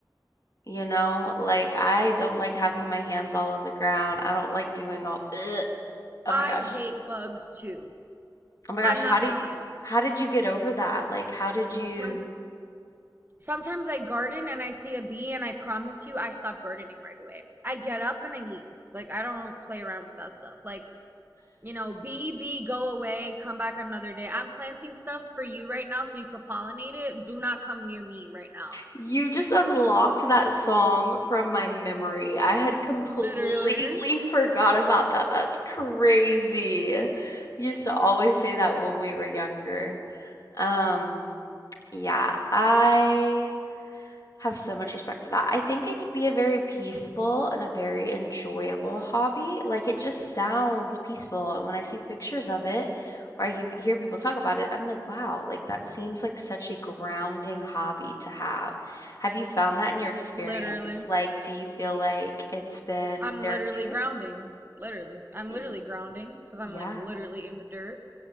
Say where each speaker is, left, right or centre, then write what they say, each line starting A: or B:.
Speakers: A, on the left; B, on the right.
A: You know, like I don't like having my hands all on the ground. I don't like doing all, ugh. Oh
B: I
A: my gosh.
B: hate bugs too.
A: Oh my gosh,
B: I'm not
A: how did
B: gonna lie.
A: how did you get over that? Like how did you
B: Some, sometimes I garden and I see a bee, and I promise you, I stop gardening right away. I get up and I leave. Like, I don't play around with that stuff. Like, you know, bee, bee, go away, come back another day. I'm planting stuff for you right now so you could pollinate it. Do not come near me right now.
A: You just unlocked that song from my memory. I had completely
B: Literally.
A: forgot about that. That's crazy. We used to always say that when we were younger. Um, yeah, I have so much respect for that. I think it could be a very peaceful and a very enjoyable hobby. Like it just sounds peaceful. And when I see pictures of it or I he hear people talk about it, I'm like, wow, like that seems like such a grounding hobby to have. Have you found that in your experience?
B: Literally.
A: Like, do you feel like it's been
B: I'm literally
A: therapeutic?
B: grounding. Literally. I'm
A: Y-
B: literally grounding because I'm
A: yeah.
B: like literally in the dirt,